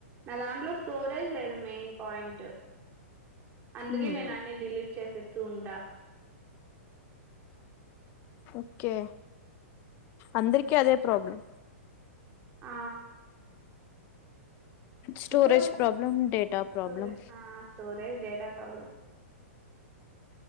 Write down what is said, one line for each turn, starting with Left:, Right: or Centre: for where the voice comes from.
Right: నా దాంట్లో స్టోరేజ్ లేదు మెయిన్ పాయింట్ అందుకే
Left: హ్మ్
Right: నేను అన్ని డిలీట్ చేసేస్తూ ఉంటా.
Left: ఓకే అందరికి అదే ప్రాబ్లం
Right: ఆ
Left: స్టోరేజ్
Right: చూడాలి
Left: ప్రాబ్లం డేటా ప్రాబ్లం
Right: స్టోరే ఆ స్టోరేజ్ డేటా ప్రాబ్లం